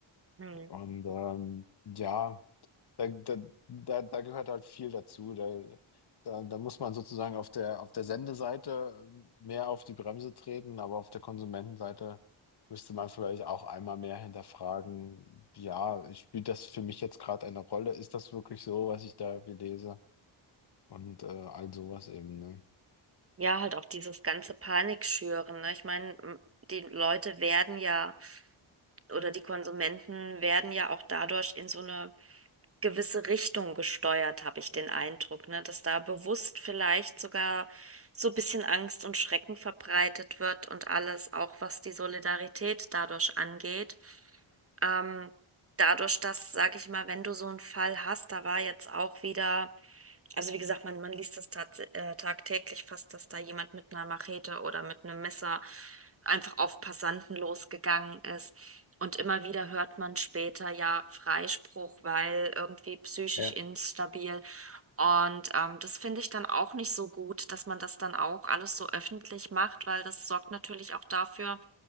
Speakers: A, on the right; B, on the left.
A: hm.
B: Und ähm, ja. Da, da, da, da gehört halt viel dazu. Da, da, da muss man sozusagen auf der, auf der Sendeseite mehr auf die Bremse treten, aber auf der Konsumentenseite müsste man vielleicht auch einmal mehr hinterfragen, ja, spielt das für mich jetzt gerade eine Rolle? Ist das wirklich so, was ich da irgendwie lese? Und äh, all sowas eben, ne?
A: Ja, halt auch dieses ganze Panikschüren. Ne? Ich meine, m- die Leute werden ja oder die Konsumenten werden ja auch dadurch in so eine gewisse Richtung gesteuert, habe ich den Eindruck, ne? Dass da bewusst vielleicht sogar so ein bisschen Angst und Schrecken verbreitet wird und alles, auch was die Solidarität dadurch angeht. Ähm, dadurch, dass, sag ich mal, wenn du so einen Fall hast, da war jetzt auch wieder. Also wie gesagt, man, man liest das tats äh, tagtäglich fast, dass da jemand mit einer Machete oder mit einem Messer einfach auf Passanten losgegangen ist. Und immer wieder hört man später ja Freispruch, weil irgendwie psychisch
B: Ja,
A: instabil. Und ähm, das finde ich dann auch nicht so gut, dass man das dann auch alles so öffentlich macht, weil das sorgt natürlich auch dafür,